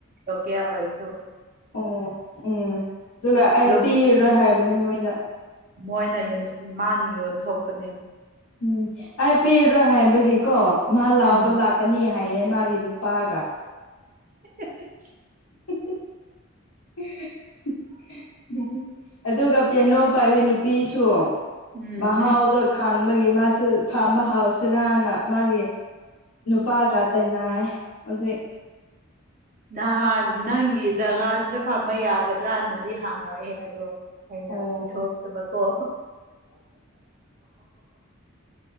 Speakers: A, on the right; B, on the left.
A: ꯂꯣꯀꯦꯜ ꯑꯣꯏꯔꯁꯨ
B: ꯑꯣ ꯎꯝ ꯑꯗꯨꯒ ꯑꯩ
A: ꯂꯣꯀꯦꯜ
B: ꯄꯤꯔꯔꯣꯏ ꯍꯥꯏꯕꯅꯦ ꯃꯣꯏꯗ
A: ꯃꯣꯏꯅ ꯃꯥꯅ ꯌꯣꯟꯊꯣꯛꯄꯅꯦ
B: ꯎꯝ ꯑꯩ ꯄꯤꯔꯔꯣꯏ ꯍꯥꯏꯕꯒꯤꯀꯣ ꯃꯥ ꯂꯥꯎꯕ
A: ꯎꯝ
B: ꯂꯥꯛꯀꯅꯤ ꯍꯥꯏꯌꯦ ꯃꯥꯒꯤ ꯄꯒ
A: <unintelligible>
B: <unintelligible> ꯑꯗꯨꯒ ꯄꯌꯥꯅꯣ ꯄꯥꯏꯕꯤ ꯅꯨꯄꯤꯁꯨ
A: ꯎꯝ
B: ꯃꯍꯥꯎꯗ ꯈꯪ ꯕꯒꯤ ꯃꯥꯁꯨ ꯐꯥꯝꯕ ꯍꯥꯎꯁꯤꯔꯥꯅ ꯃꯥꯒꯤ ꯅꯨꯄꯥꯒ ꯇꯟꯅꯔꯦ ꯍꯧꯖꯤꯛ
A: ꯅꯍꯥꯟ ꯅꯪꯒꯤ ꯖꯒꯥꯗꯨꯗ ꯐꯝꯕ ꯌꯥꯒꯗ꯭ꯔꯅꯗꯤ ꯍꯥꯡꯉꯛꯑꯦ ꯑꯗꯣ ꯑꯩꯅ
B: ꯑꯣ
A: ꯄꯤꯊꯣꯛꯇꯕꯀꯣ